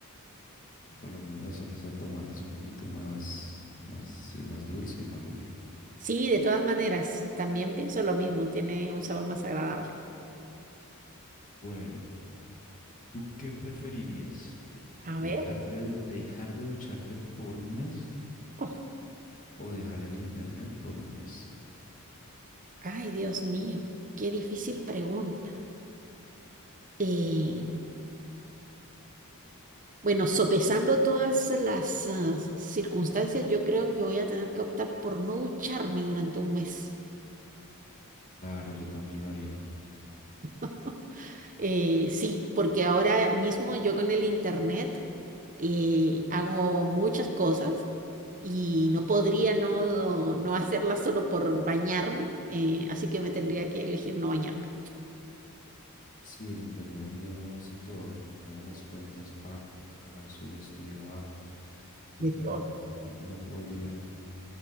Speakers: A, on the left (about 35°); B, on the right (about 35°).
A: Por lo menos la salsa de tomate es un poquito más, más, sí, más dulce y más rica.
B: Sí, de todas maneras, también pienso lo mismo, tiene un sabor más agradable.
A: Bueno, ¿Tú qué preferirías? ¿Dejar
B: A ver,
A: de, du- dejar de ducharte por un mes
B: oh,
A: o dejar el internet por un mes?
B: ay, Dios mío, qué difícil pregunta. Eh, Bueno, sopesando todas las ah, circunstancias, yo creo que voy a tener que optar por no ducharme durante un mes.
A: Claro, yo también lo haría.
B: <laughs> Eh, sí, porque ahora mismo yo con el internet eh, hago muchas cosas y no podría no, no hacerlas solo por bañarme, eh, así que me tendría que elegir no bañarme.
A: Sí, el internet hoy en día uno hace todo, mueve las cuentas, pa- paga, sube, estudia, baja. Yo
B: De
A: también,
B: todo.
A: no, no podría,